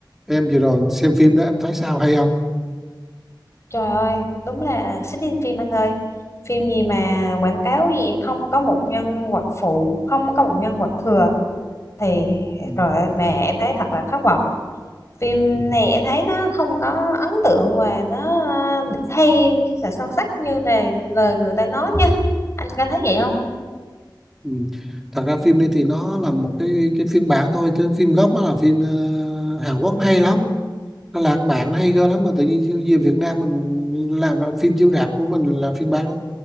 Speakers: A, in the centre; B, on the left.
A: em vừa rồi xem phim đó em thấy sao hay không
B: Trời ơi, đúng là xích đi phim anh ơi. Phim gì mà quảng cáo gì không có một nhân vật phụ, không có một nhân vật thừa thì
A: ừ,
B: rồi ơi, mà em thấy thật là thất vọng. Phim
A: ừ,
B: này em thấy nó không có ấn tượng và nó hay và sâu sắc như là lời người ta nói nha. Anh có thấy vậy không?
A: ừ. thật ra phim đấy thì nó là một cái cái phiên bản thôi chứ phim gốc nó là phim ờ, Hàn Quốc nó hay lắm nó lãng mạn nó hay ghê lắm mà tự nhiên về Việt Nam mình làm ra phim chiếu rạp của mình là phiên bản